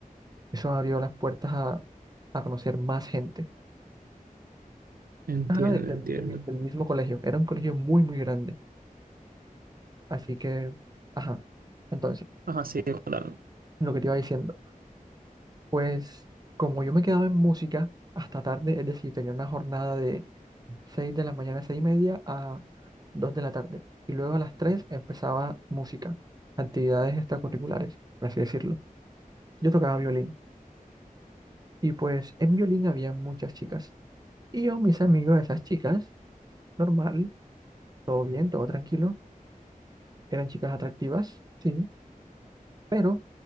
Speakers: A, on the right; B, on the right.
A: eso me abrió las puertas a, a conocer más gente.
B: Entiendo,
A: Ajá, de- de-
B: entiendo.
A: de- del mismo colegio, era un colegio muy, muy grande, así que, ajá, entonces,
B: Ajá, sí, claro.
A: lo que te iba diciendo, pues como yo me quedaba en música hasta tarde, es decir, tenía una jornada 6 de la mañana, 6 y media a 2 de la tarde. Y luego a las 3 empezaba música, actividades extracurriculares, por así decirlo. Yo tocaba violín y pues en violín había muchas chicas. Y yo, mis amigos de esas chicas, normal, todo bien, todo tranquilo, eran chicas atractivas, sí, pero